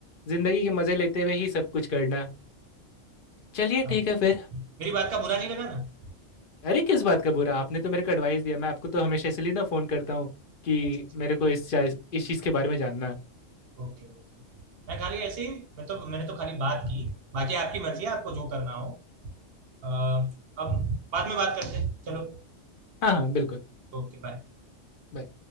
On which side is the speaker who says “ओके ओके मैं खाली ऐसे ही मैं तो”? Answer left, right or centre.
Right